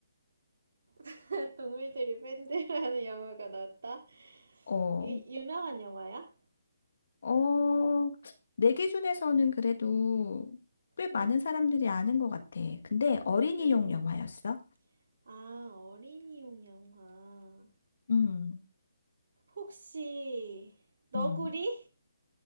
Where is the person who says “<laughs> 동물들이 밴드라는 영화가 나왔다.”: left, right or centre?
Right